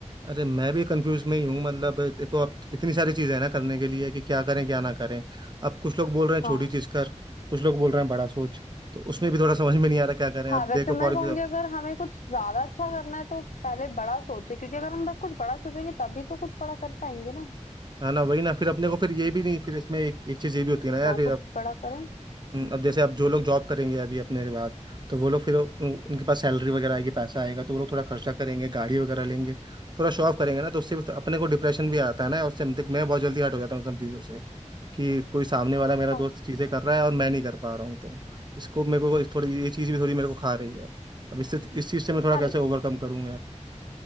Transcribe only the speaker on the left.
हाँ
हाँ
वैसे
मैं
कहूंगी अगर हमें कुछ ज्यादा अच्छा करना है तो पहले बड़ा सोचें क्योंकि अगर हम बस कुछ बड़ा सोचेंगे तभी तो कुछ बड़ा कर पाएंगे ना
तो
कुछ बड़ा करें
हाँ
हाँ